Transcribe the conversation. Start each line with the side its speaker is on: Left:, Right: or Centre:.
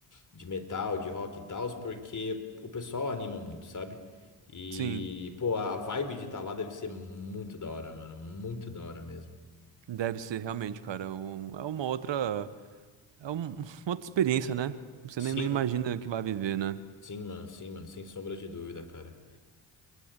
Left: de metal, de rock e tal, porque o pessoal anima muito, sabe? E,
Right: Sim.
Left: pô, a a vibe de estar lá deve ser muito da hora, mano. Muito da hora mesmo.
Right: Deve ser realmente, cara. é um- é uma outra. É um- <laughs> outra experiência, né? Você
Left: Sim,
Right: nem não imagina que vai viver, né?
Left: sim, mano, sim, mano, sem sombra de dúvida, cara.